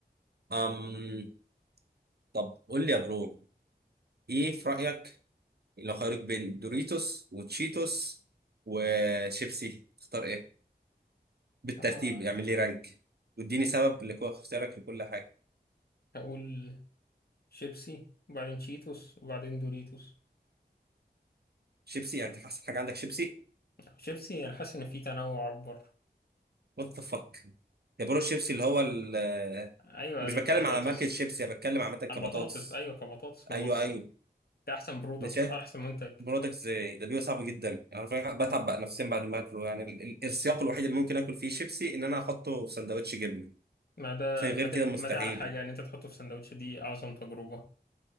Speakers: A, on the right (about 70°); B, on the left (about 65°).
A: أم طب قول لي يا برو إيه في رأيك لو خيروك بين دوريتوس وتشيتوس وشيبسي تختار إيه؟ بالترتيب
B: آه
A: اعمل لي رانك واديني سبب لكو اختيارك لكل حاجة
B: هقول شيبسي وبعدين شيتوس وبعدين دوريتوس
A: شيبسي يعني أنت أحسن حاجة عندك شيبسي؟
B: شيبسي أنا حاسس إن في تنوع أكبر
A: وات ذا فك يا برو الشيبسي اللي هو ال أنا
B: أيوة البطاطس
A: مش بتكلم على ماركة شيبسي أنا بتكلم عامة كبطاطس
B: البطاطس أيوة كبطاطس من
A: أيوه
B: البطاطس
A: أيوه
B: ده احسن برودكت
A: أنا شايف
B: احسن منتج
A: برودكت ازاي ده بيبقى صعب جدا يعني فعلا بتعب بقى نفسيا بعد ما اكله يعني ال- ال- السياق الوحيد اللي ممكن اكل فيه شيبسي ان انا احطه في سندوتش جبنه
B: ما ده
A: فغير
B: ما ده
A: كده مستحيل
B: ما ده على حاجه ان انت تحطه في سندوتش دي اعظم تجربه